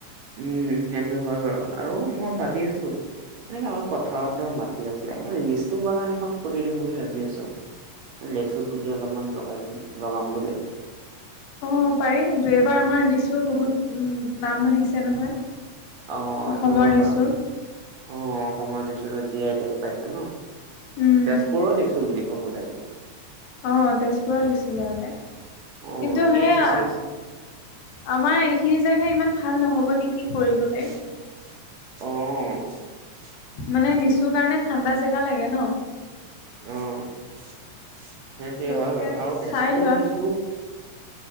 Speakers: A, on the right; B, on the left.
A: উম, সেইটো হয় বাৰু আৰু মই ভাবি আছোঁ। এনেকে আমাৰ পথাৰত ধৰ মাটি আছিলে, এই লিচু বাগান এখন খুলি দিম বুলি ভাবি আছোঁ। লেচু পুলি অলপমান লগাই লগাম বুলি।
B: অ' পাৰি কিন্তু এইবাৰ আমাৰ লিছু বহুত নাম আহিছে নহয়।
A: অ' সেইটো
B: অসমৰ
A: হয়
B: লিচু
A: বাৰু অ' অসমৰ দিছোঁ জীয়াই টে পাইছে ন।
B: উম,
A: তেজপুৰ লিছু বুলি ক'ব লাগিব।
B: আহ তেজপুৰত লিছু বাৰুতে
A: অ
B: কিন্তু
A: সেই
B: সেয়া
A: লিচু
B: আমাৰ এইখিনি জেগা ইমান ভাল নহ'ব নেকি কৰিবলে?
A: অহ'
B: মানে লিছু কাৰণে ঠাণ্ডা জেগা লাগে ন।
A: অ' সেইটোৱে
B: গতিকে
A: হয় বাৰু আৰু তেজপুৰ
B: চাই লোৱা
A: লিছু